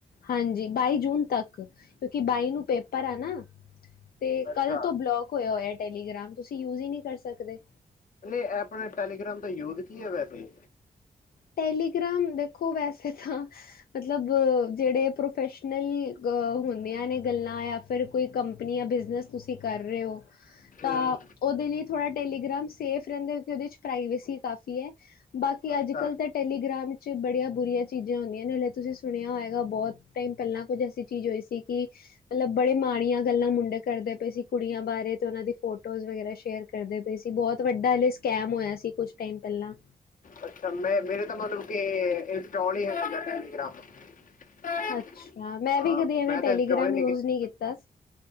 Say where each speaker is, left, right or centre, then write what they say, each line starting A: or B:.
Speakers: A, on the left (about 80°); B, on the left (about 60°).
A: ਹਾਂਜੀ ਬਾਈ ਜੂਨ ਤੱਕ ਕਿਉਂਕਿ ਬਾਈ ਨੂੰ ਪੇਪਰ ਐ ਨਾ ਤੇ।
B: ਅੱਛਾ
A: ਕੱਲ੍ਹ ਤੋਂ ਬਲੋਕ ਹੋਇਆ ਹੋਇਆ ਟੈਲੀਗ੍ਰਾਮ ਤੁਸੀਂ ਯੂਜ਼ ਹੀ ਨਹੀਂ ਕਰ ਸਕਦੇ।
B: ਨਹੀਂ ਐਪ ਆਲੇ ਟੈਲੀਗ੍ਰਾਮ ਤਾਂ ਯੂਜ ਕੀ ਹੈ ਵੈਸੇ।
A: ਟੈਲੀਗ੍ਰਾਮ ਦੇਖੋ ਵੈਸੇ ਤਾਂ। ਮਤਲਬ ਜਿਹੜੇ ਪ੍ਰੋਫੈਸ਼ਨਲ ਅ ਹੁੰਦੀਆਂ ਨੇ ਗੱਲਾਂ ਜਾਂ ਫਿਰ। ਕੋਈ ਕੰਪਨੀ ਜਾਂ ਬਿਜਨਸ ਤੁਸੀਂ ਕਰ ਰਹੇ ਹੋ ਤਾਂ।
B: ਹੂੰ
A: ਉਹਦੇ ਲਈ ਥੋੜ੍ਹਾ ਟੈਲੀਗ੍ਰਾਮ ਸੇਫ ਰਹਿੰਦਾ ਕਿ ਉਹਦੇ 'ਚ ਪ੍ਰਾਈਵੇਸੀ ਕਾਫੀ ਹੈ ਬਾਕੀ
B: ਅੱਛਾ
A: ਅੱਜ ਕੱਲ੍ਹ ਤਾਂ ਟੈਲੀਗ੍ਰਾਮ ਵਿੱਚ ਬੜੀਆਂ ਬੁਰੀਆਂ ਚੀਜ਼ਾਂ ਹੁੰਦੀਆਂ ਨੇੇ, ਤੁਸੀਂ ਸੁਣਿਆ ਹੋਏਗਾ ਬਹੁਤ ਟਾਈਮ ਪਹਿਲਾਂ ਕੁੱਝ ਐਸੀ ਚੀਜ਼ ਹੋਈ ਸੀ। ਜ ਕਿ <inaudible> ਮਤਲਬ ਬੜੇ ਮਾੜੀਆਂ ਗੱਲਾਂ ਮੁੰਡੇ ਕਰਦੇ ਪਏ ਸੀ, ਕੁੜੀਆਂ ਬਾਰੇ ਤੇ ਉਹਨਾਂ ਦੀ ਫੋਟੋਜ਼ ਵਗੈਰਾ ਸ਼ੇਅਰ। ਕਰਦੇ ਪਏ ਸੀ ਬਹੁਤ ਵੱਡਾ ਹਲੇ ਸਕੈਮ ਹੋਇਆ ਸੀ ਕੁੱਛ ਟਾਈਮ ਪਹਿਲਾਂ।
B: ਅੱਛਾ ਮੈਂ ਮੇਰੇ ਤਾਂ ਮਤਲਬ ਕੇ ਇੰਸਟਾਲ ਹੀ ਨਹੀਂ ਹੈਗਾ ਟੈਲੀਗ੍ਰਾਮ। ਹਾਂ
A: ਅੱਛਾ ਮੈਂ ਵੀ ਕਦੇ ਐਵੇਂ
B: ਮੈਂ
A: ਟੈਲੀਗ੍ਰਾਮ
B: ਤਾਂ ਇੰਸਟਾਲ ਹੀ
A: ਯੂਜ ਨਹੀਂ ਕੀਤਾ।